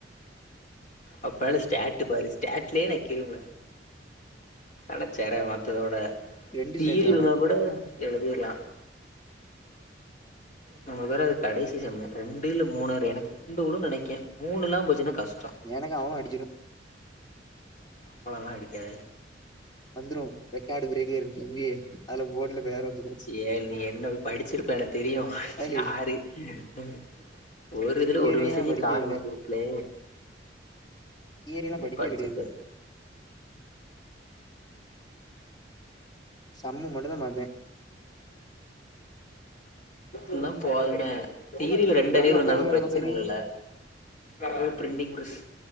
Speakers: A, on the left; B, on the left.
A: அப்பால ஸ்டாட்டு பாரு ஸ்டாட்லனுக்கிருங்க கனச்சற மத்ததோட
B: ரெண்டு
A: தீல்
B: ஸ்டேட் வேற
A: விழுந்தா கூட எழுதிரலா நம்மளுக்கு வேற அது கடைசி செம்மு ரெண்டு இல்லா மூணு எனக்கு ரெண்டு விழு நெனைக்கே மூணுலா போச்சுன்னா கஷ்டோ
B: எனக்கு அவன அடிச்சுடு
A: அப்பளல்லா அடிக்காதா
B: வந்துரும் ரெக்கார்டு பிரகேர் எம் பி ஏ அதுல போர்டுல வேற வந்து
A: சேரி நீ என்ன படிச்சிருப்ப எனக்கு தெரியு
B: ஏன்டி
A: யாரு அ அ ஒரு இதுல
B: தியரியெல்லா
A: ஒரு மெசேஜையு
B: படிக்கவே
A: காணமே
B: இல்ல
A: குரூப்ல
B: தியரியெல்லா
A: நீ
B: படிப்பே
A: படிச்சிருப்ப
B: கெடையாது சம்மு மட்டுதா பாத்தே
A: என்னா போதுமே தீயிரில ரெண்டு
B: உங்க
A: அரியர்
B: அப்பா
A: இருந்தாலு
B: எங்க வேல
A: பிரச்சன
B: பாக்காரு
A: இல்லல அது பிரின்டிங் பிரஸ்